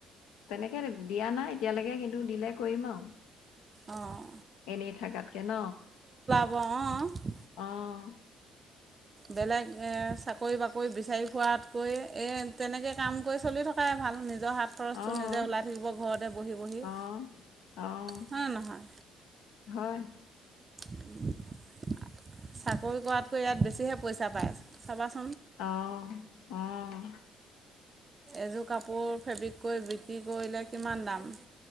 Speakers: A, on the left; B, on the right.
A: তেনেকে দিয়া নাই এতিয়ালৈকে কিন্তু দিলে কৰিম আও।
B: অঁ
A: এনেই থাকাতকে ন।
B: অৱ
A: অহ
B: বেলেগ এ চাকৰি বাকৰি বিচাৰি খোৱাতকৈ, এই তেনেকে কাম কৰি চলি থকাই ভাল। নিজৰ হাত খৰচটো
A: অ',
B: নিজে ওলাই থাকিব ঘৰতে বহি বহি।
A: অ', অ',
B: হ নে নহয়।
A: হয়।
B: <unintelligible> চাকৰি কৰাতকৈ ইয়াত বেছিহে পইচা পায় চাবা।
A: অহ অহ।
B: এযোৰ কাপোৰ ফেব্ৰিক কৰি বিক্ৰী কৰিলে কিমান দাম?